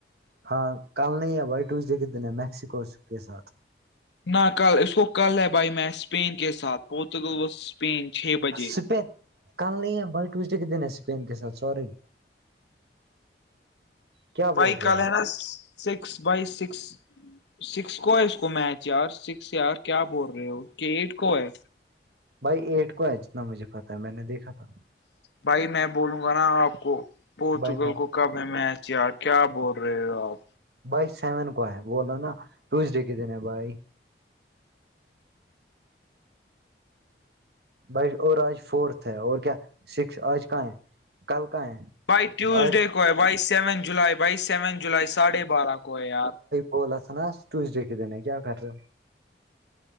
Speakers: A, on the right; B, on the left.
A: ہاں کل نہیں ہے بھائی ٹوزڈے ک دنے ہے میکسیکو کے ساتھ
B: نہ کل اس کو کل ہے بھائی میں اسپین کے ساتھ پورتگل پین چھ بجے
A: سپین کل نہیں ہے بائی ٹوزڈے کے دن ہے سپین کے ساتھ سوری کیا
B: وہی
A: بول رہے
B: کل
A: ہو آپ
B: ہے نا سکس بائی سکس سکس کو ہے اس کو میچ یار سکس یار کیا بول رہے ہو کٹ کو ہے
A: بھائی ایٹ کو ہے جتنا مجھے پتہ ہے میں نے دیکھا تھا
B: بھائی میں بولوں گا نا آپ کو پورچوگل
A: بائی میں
B: کو کب ہے میچ یار کیا بول رہے ہو آپ
A: بائی سیون کو ہے بلا نا ٹوزڈے کے دن ہے بھائی بائی اور آج فورتھ ہے اور کیا سکس آج کہاں ہے کل کہاں ہے
B: بائی ٹیوزڈے
A: آج
B: کو ہے by seven July by seven جولائی ساھے بارہ کو ہے یار
A: گولس نا ٹوزڈے کے دنے کیا کر رہے ہو